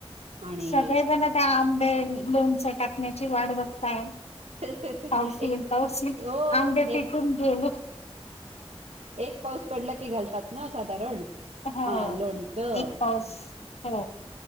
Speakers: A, on the right; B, on the left.
A: आणि
B: सगळेजण त्या आंबे लोणचं टाकण्याची वाट बघताय
A: हे
B: तौशील
A: एक
B: तौशील
A: हो
B: आंबे फिकून
A: एक
B: गेल
A: एक पाऊस पडला की घालतात ना साधारण
B: हा
A: अ लोणचं
B: एक पास हो